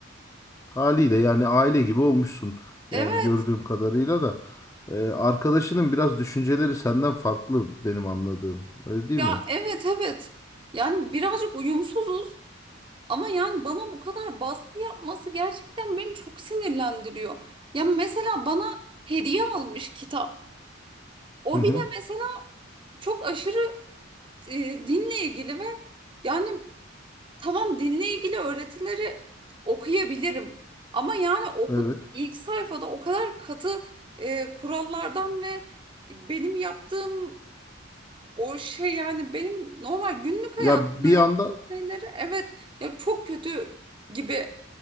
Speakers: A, on the left; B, on the right.
A: Haliyle yani aile gibi olmuşsun.
B: Evet,
A: Yani gördüğüm kadarıyla da Ee, arkadaşının biraz düşünceleri senden farklı benim anladığım. Öyle değil
B: ya
A: mi?
B: evet evet. Yani birazcık uyumsuzuz. Ama yani bana bu kadar baskı yapması gerçekten beni çok sinirlendiriyor. Ya mesela bana hediye almış kitap. O
A: Hı hı.
B: bile mesela çok aşırı e, dinle ilgili ve yani tamam dinle ilgili öğretileri okuyabilirim. Ama yani oku
A: Evet.
B: ilk sayfada o kadar katı e, kurallardan ve benim yaptığım o şey yani benim normal günlük hayatımda
A: Ya bir
B: yaptığım
A: anda
B: şeyleri evet ya çok kötü gibi